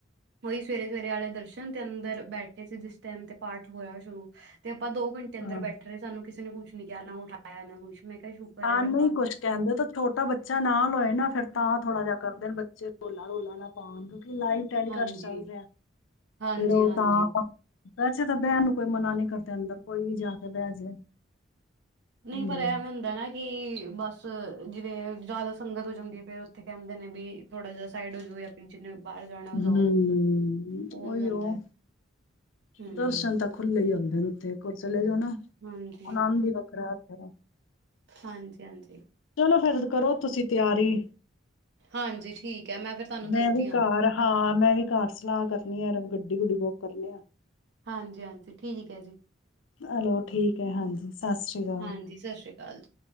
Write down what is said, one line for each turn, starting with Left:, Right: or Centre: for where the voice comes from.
Right: ਉਹੀ ਸਵੇਰੇ ਸਵੇਰੇ ਵਾਲੇ ਦਰਸ਼ਨ ਤੇ ਅੰਦਰ ਬੈਠੇ ਸੀ ਜਿਸ ਟਾਈਮ ਤੇ ਪਾਠ ਹੋਇਆ ਸ਼ੁਰੂ ਤੇ ਆਪਾਂ ਦੋ ਘੰਟੇੰ ਅੰਦਰ
Left: ਹਾਂ
Right: ਬੈਠ ਰਹੇ ਸਾਨ ਕਿਸੇ ਨੇ ਕੁਛ ਨਹੀਂ ਕਿਹਾ ਨਾ ਉਠਾਇਆ ਨਾ ਕੁਛ ਮੈਂ ਕਿਹਾ ਸ਼ੁਕਰ
Left: ਆ
Right: ਹੈ ਰੱਬਾ
Left: ਨਹੀਂ ਕੁਛ ਕਹਿੰਦੇ ਤਾਂ ਛੋਟਾ ਬੱਚਾ ਨਾਲ ਹੋਏ ਨਾ ਫਿਰ ਤਾਂ ਥੋੜਾ ਜਾਹਾ ਕਰਦੇ ਨੇ ਬੱਚੇ ਰੋਲਾ ਰੋਲਾ ਨਾ ਪਾਉਣ ਲਾਈਵ ਟੈਲੀਕਾਸਟ
Right: ਹਾਂਜੀ,
Left: ਚੱਲ ਰਿਹਾ
Right: ਹਾਂਜੀ,
Left: ਫਿਰ ਉਹ
Right: ਹਾਂਜੀ।
Left: ਤਾਂ ਵੈਸੇ ਤਾਂ ਬਹਿਣ ਨੂੰ ਕੋਈ ਮਨਾ ਨਹੀਂ ਕਰਦੇ ਅੰਦਰ ਕੋਈ ਵੀ ਜਾ ਕੇ ਬਹਿ ਜੇ
Right: ਨਹੀਂ
Left: ਹੂੰ
Right: ਪਰ ਐਵੇਂ ਹੁੰਦਾ ਨਾ ਕਿ ਬਸ ਜਿਵੇਂ ਜ਼ਿਆਦਾ ਸੰਗਤ ਹੋ ਜਾਂਦੀ ਹੈ ਫੇਰ ਉੱਥੇ ਕਹਿੰਦੇ ਨੇ ਵੀ ਥੋੜਾ ਜਿਹਾ ਸਾਈਡ ਹੋਜੋ ਜਾਂ ਫਿਰ ਜਿੰਨੇ ਬਾਹਰ ਜਾਣਾ ਉਹ ਜਾਓ
Left: ਹਮ
Right: ਹੋ
Left: ਉਹੀ
Right: ਜਾਂਦਾ
Left: ਉਹ
Right: ਹੈ ਹਮ
Left: ਦਰਸ਼ਨ ਤਾਂ ਖੁੱਲੇ ਹੀ ਖੁੱਲੇ ਹੀ ਹੁੰਦੇ ਨੇ ਉੱਥੇ ਕੋਲ ਚਲੇ ਜਾਓ ਨਾ
Right: ਹਾਂਜੀ
Left: ਆਨੰਦ ਹੀ ਵੱਖਰਾ <inaudible>
Right: ਹਾਂਜੀ ਹਾਂਜੀ
Left: ਚਲੋ ਫਿਰ ਕਰੋ ਤੁਸੀਂ ਤਿਆਰੀ
Right: ਹਾਂਜੀ ਠੀਕ ਹੈ ਫਿਰ ਤੁਹਾਨੂੰ
Left: ਮੈਂ
Right: ਦੱਸਦੀ
Left: ਵੀ
Right: ਹਾਂ
Left: ਕਾਰ ਹਾਂ ਮੈਂ ਵੀ ਘਰ ਸਲਾਹ ਕਰਨੀ ਹੈ ਗੱਡੀ ਗੁੱਡੀ ਬੁੱਕ ਕਰਨਿਆ
Right: ਹਾਂਜੀ ਹਾਂਜੀ ਠੀਕ ਹੈ ਜੀ
Left: ਚਲੋ ਠੀਕ ਹੈ, ਹਾਂਜੀ, ਸਤਿ ਸ਼੍ਰੀ ਅਕਾਲ।
Right: ਹਾਂਜੀ ਸਤਿ ਸ੍ਰੀ ਅਕਾਲ ਜੀ